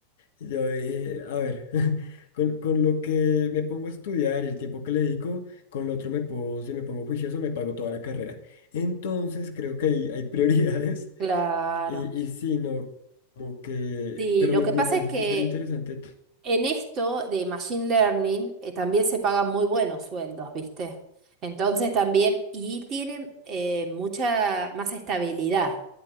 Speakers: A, on the left; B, on the right.
A: yo dije, a ver, <laughs> con, con lo que me pongo a estudiar y el tiempo que le dedico, con lo otro me puedo, si me pongo juicioso, me pago toda la carrera. Entonces creo que hay, hay <laughs> prioridades
B: claro.
A: y, y sí, no, como que,
B: Sí,
A: pero
B: lo
A: me,
B: que
A: me
B: pasa
A: parece
B: es que
A: súper interesante.
B: En esto de Machine Learning eh, también se pagan muy buenos sueldos, ¿viste? Entonces también, y tienen eh, mucha más estabilidad.